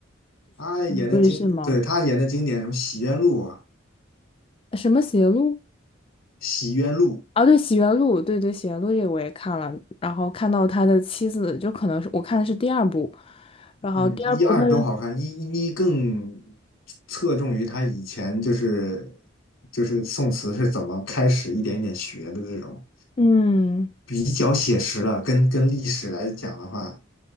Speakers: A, on the left; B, on the left.
A: 他演的经，
B: 所以是吗？
A: 对，他演的经典什么《洗冤录》啊，
B: 什么邪路？
A: 《洗冤录》
B: 啊，对《洗冤录》，对对，《洗冤录》这个我也看了，然后看到他的妻子，就可能是我看的是第二部，然后第二部他是，
A: 嗯，一二都好看，一一更侧重于他以前就是就是宋词是怎么开始一点一点学的这种，
B: 嗯，
A: 比较写实了，跟跟历史来讲的话，